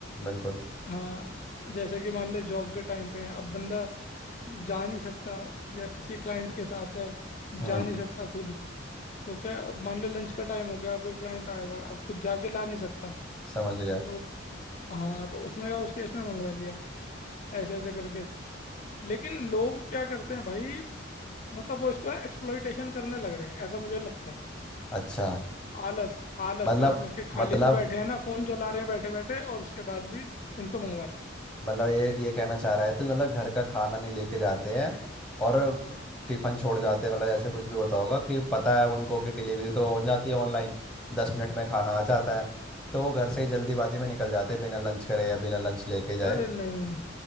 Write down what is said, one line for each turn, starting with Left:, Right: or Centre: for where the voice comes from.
Centre: बिल्कुल
Left: हाँ जैसे कि मान ले जॉब के टाइम पे हैं, अब बंदा जा नहीं सकता या किसी क्लाइंट के साथ है जा
Centre: हम्म
Left: नहीं सकता खुद तो क्या अब मान ले लंच का टाइम हो गया कोई क्लाइंट आया हुआ है अब खुद जाके ला नहीं सकता
Centre: समझ गया
Left: तो हाँ तो उसमें क्या उस केस में मंगवा लिया ऐसे ऐसे करके लेकिन लोग क्या करते हैं भाई मतलब वो इसको एक्सप्लॉइटेशन करने लग रहे हैं ऐसा मुझे लगता है
Centre: अच्छा
Left: आलस आलस
Centre: मतलब
Left: के उसमें के खाली
Centre: मतलब
Left: भी बैठे हैं ना फोन चला रहे हैं बैठे बैठे और उसके बाद भी इनको मंगवा रहे
Centre: मतलब ये ये कहना चाह रहा है तो मतलब घर का खाना नहीं लेके जाते हैं और टिफिन छोड़ जाते हैं मतलब जैसे कुछ भी होता होगा कि पता है उनको कि डिलीवरी तो हो जाती है ऑनलाइन दस मिनट में खाना आ जाता है तो वो घर से ही जल्दीबाजी में निकल जाते हैं बिना लंच करे या बिना लंच लेके जाए
Left: हैं अरे नहीं